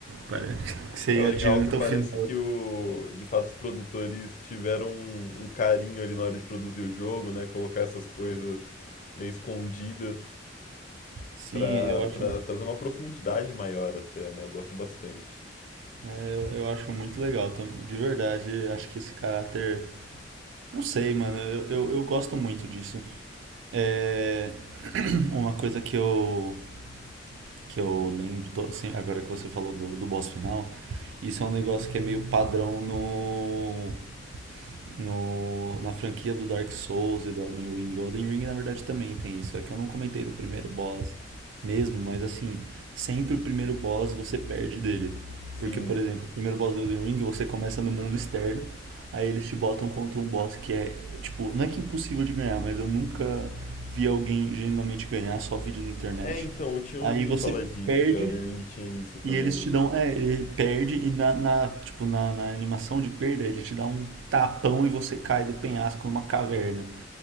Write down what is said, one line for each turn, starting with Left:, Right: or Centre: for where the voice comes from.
Right: Parece que você
Left: É legal
Right: adianta
Left: que parece
Right: o final.
Left: que o, de fato os produtores tiveram um, um carinho ali na hora de produzir o jogo, né? Colocar essas coisas meio escondidas.
Right: Sim,
Left: Pra,
Right: eu acho.
Left: pra trazer uma profundidade maior até, né? Eu gosto bastante.
Right: É, Eu, eu acho muito legal, tam- de verdade. Acho que esse caráter. Não sei, mano. Eu, eu, eu gosto muito disso. É. <clears throat> Uma coisa que eu, que eu lembro, to- assim, agora que você falou do, do boss final, isso é um negócio que é meio padrão no, no, na franquia do Dark Souls e do Elden Ring. O Elden Ring, na verdade, também tem isso. É que eu não comentei do primeiro boss mesmo, mas assim, sempre o primeiro boss você perde dele.
Left: Sim.
Right: Porque, por exemplo, o primeiro boss do Elden Ring você começa no mundo externo, aí eles te botam contra um boss que é, tipo, não é que é impossível de ganhar, mas eu nunca vi alguém genuinamente ganhar, só vídeo na internet.
Left: É, então, eu tinha ouvido
Right: Aí você
Left: falar disso,
Right: perde
Left: que o Elden Ring tinha isso também,
Right: e eles te
Left: né?
Right: dão. É, ele perde e na, na- tipo, na, na animação de perda, ele te dá um tapão e você cai do penhasco numa caverna.